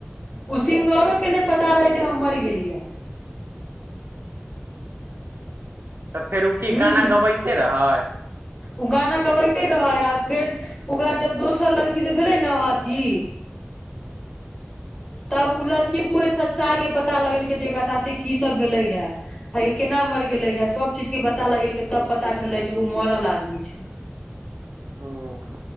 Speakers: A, on the left (about 20°); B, on the right (about 55°).
A: ओ सिंगरो के नय पता रहय जे हम मरि गेलियै है।
B: त फेर ओ की
A: हूँ
B: गाना गबैते रहै।
A: ओ गाना गबैते रहय आ फेर ओकरा जब दोसर लड़की जे भेलै ने अथी तब उ लड़की पूरे सच्चाइके पता लगेलकै जे एकरा साथे की सब भेलय है। आ इ केना मर गेलय है सब चीजके पता लगेलकै तब पता चललै जे ओ मरल आदमी छैय।
B: ओ